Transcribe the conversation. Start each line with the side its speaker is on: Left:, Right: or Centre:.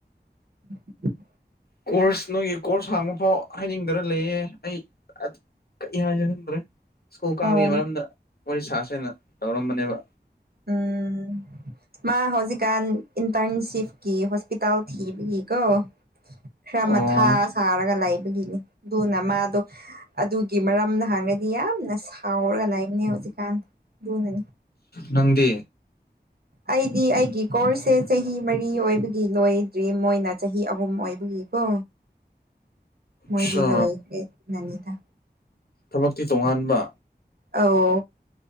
Right: <inaudible>
Left: ꯀꯣꯔꯁ ꯅꯣꯏꯒꯤ ꯀꯣꯔꯁ ꯍꯥꯡꯕ ꯐꯥꯎ ꯍꯥꯏꯅꯤꯡꯗꯔ ꯂꯩꯌꯦ ꯑꯩ ꯀꯔꯤ ꯍꯥꯏꯁꯤꯅꯣ ꯈꯪꯗ꯭ꯔꯦ ꯁ꯭ꯀꯨꯜ
Right: ꯑꯣ
Left: ꯀꯥꯕꯒꯤ ꯃꯔꯝꯗ ꯋꯥꯔꯤ ꯁꯥꯁꯦꯅ ꯇꯧꯔꯝꯕꯅꯦꯕ
Right: ꯎꯝ ꯃꯥ ꯍꯧꯖꯤꯛꯀꯥꯟ ꯏꯟꯇ꯭ꯔꯟꯁꯤꯞꯀꯤ ꯍꯣꯁꯄꯤꯇꯥꯜ ꯊꯤꯕꯒꯤꯀꯣ ꯈꯔ
Left: ꯑꯣ
Right: ꯃꯊꯥ ꯁꯥꯔꯒ ꯂꯩꯕꯒꯤꯅꯤ ꯑꯗꯨꯅ ꯃꯥꯗꯣ ꯑꯗꯨꯒꯤ ꯃꯔꯝꯗ ꯍꯪꯔꯗꯤ ꯌꯥꯝꯅ ꯁꯥꯎꯔꯒ ꯂꯩꯕꯅꯦ ꯍꯧꯖꯤꯛꯀꯥꯟ ꯑꯗꯨꯅꯥꯅꯦ
Left: ꯅꯪꯗꯤ
Right: ꯑꯩꯗꯤ ꯑꯩꯒꯤ ꯀꯣꯔꯁꯁꯦ ꯆꯍꯤ ꯃꯔꯤ ꯑꯣꯏꯕꯒꯤ ꯂꯣꯏꯗ꯭ꯔꯤ ꯃꯣꯏꯅ ꯆꯍꯤ ꯑꯍꯨꯝ ꯑꯣꯏꯕꯒꯤꯀꯣ
Left: ꯑꯆꯥ
Right: ꯃꯣꯏꯗꯤ ꯂꯣꯏꯈ꯭ꯔꯦ ꯅꯅꯤꯗ
Left: ꯊꯕꯛꯇꯤ ꯇꯣꯉꯥꯟꯕ
Right: ꯑꯎ